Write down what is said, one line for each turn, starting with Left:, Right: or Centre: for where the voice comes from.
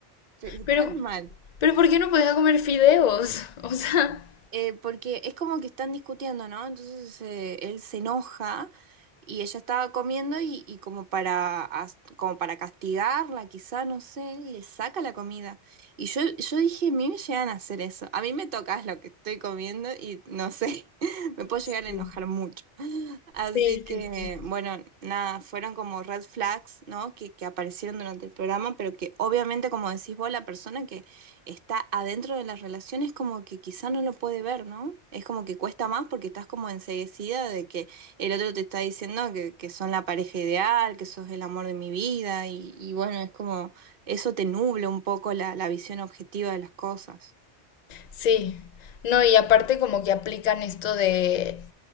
Right: pero
Left: Pero,
Right: tan mal.
Left: pero ¿por qué no podía comer fideos? <laughs> O sea,
Right: Eh, porque es como que están discutiendo, ¿no? Entonces eh, él se enoja y ella estaba comiendo y, y como para, as- como para castigarla, quizá, no sé, le saca la comida. Y yo, yo dije, a mí me llegan a hacer eso. A mí me tocas lo que estoy comiendo y no sé, <laughs> me puedo
Left: Sí,
Right: llegar a enojar mucho. Así
Left: sí,
Right: que,
Left: sí. Sí,
Right: bueno, nada, fueron como red flags, ¿no? Que, que aparecieron durante el programa, pero que obviamente, como decís vos, la persona que está adentro de las relaciones, como que quizá no lo puede ver, ¿no? Es como que cuesta más porque estás como enseguecida de que el otro te está diciendo que, que son la pareja ideal, que sos el amor de mi vida, y, y bueno, es como eso te nubla un poco la, la visión objetiva de las cosas.
Left: Sí. no, y aparte como que aplican esto de,